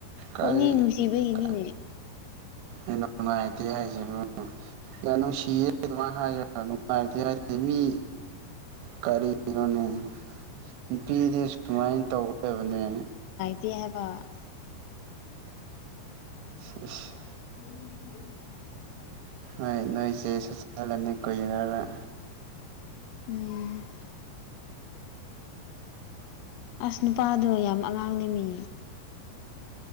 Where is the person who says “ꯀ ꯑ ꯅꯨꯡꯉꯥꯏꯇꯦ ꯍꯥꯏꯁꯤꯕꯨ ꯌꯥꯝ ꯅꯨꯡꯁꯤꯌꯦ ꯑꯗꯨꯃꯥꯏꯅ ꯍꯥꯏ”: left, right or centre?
Right